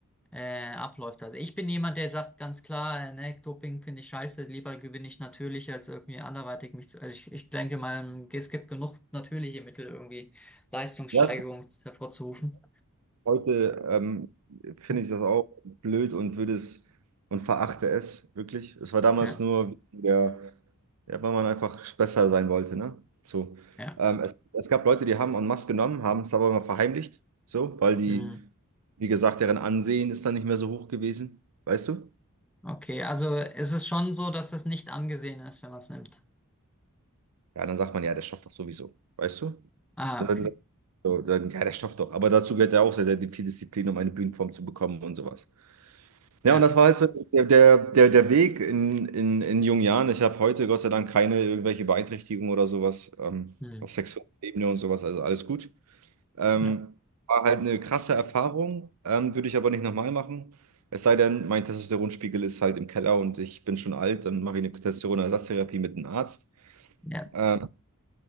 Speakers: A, in the centre; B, on the right.
A: äh, abläuft. Also ich bin jemand, der sagt ganz klar, äh, ne, Doping finde ich scheiße, lieber gewinne ich natürlich, als irgendwie anderweitig mich zu. Also ich, ich denke mal, es gibt genug natürliche Mittel, irgendwie Leistungssteigerung
B: Das
A: hervorzurufen.
B: Heute ähm, finde
A: Ja,
B: ich das auch blöd und würde es und verachte es wirklich. Es war damals
A: ja.
B: nur wegen der, ja, weil man einfach besser sein wollte, ne? So.
A: ja.
B: Ähm, es, es gab Leute, die haben en masse genommen, haben es aber immer verheimlicht, so, weil die,
A: Hm.
B: wie gesagt, deren Ansehen ist dann nicht mehr so hoch gewesen, weißt du?
A: Okay, also es ist es schon so, dass es nicht angesehen ist, wenn man es nimmt.
B: Ja, dann sagt man, ja, der schafft doch sowieso, weißt du?
A: Ah,
B: Dann,
A: okay.
B: so, dann, ja, der schafft doch. Aber dazu gehört ja auch sehr, sehr viel Disziplin, um eine Bühnenform zu bekommen und sowas.
A: Ja.
B: Ja, und das war halt so der, der, der, der Weg in, in, in jungen Jahren. Ich habe heute Gott sei Dank keine irgendwelche Beeinträchtigung oder sowas ähm,
A: Hm.
B: auf sexueller Ebene und sowas, also alles gut. Ähm,
A: Ja.
B: war halt eine krasse Erfahrung, ähm, würde ich aber nicht nochmal machen. Es sei denn, mein Testosteronspiegel ist halt im Keller und ich bin schon alt, dann mache ich eine Testosteronersatztherapie mit einem Arzt.
A: Ja.
B: Ähm,